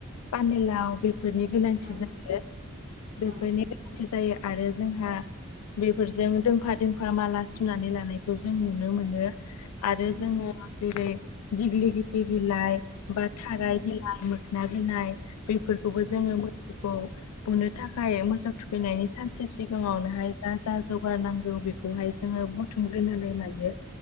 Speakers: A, on the left (about 80°); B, on the right (about 35°).
A: पानलाव बेफोरनि गोनांथि
B: औ
A: जायो बेफोरनि
B: औ
A: जायो आरो जोंहा बेफोरजों दोंफा दोंफा माला सुनानै लानायखौ जों नुनो मोनो‌ आरो
B: उम
A: जोङो जेरै दिग्लि गिथिर बिलाइ बा थाराय
B: उम
A: बि <unintelligible> मोखोना बिलाइ बेफोरखौबो
B: उम
A: जोङो मोसौखौ बुनो थाखाय मोसौ थुखैनायनि सानसे सिगाङावनोहाय जा जा जगार नांगौ बेखौहाय जोङो बु थुमग्रोनानै लायो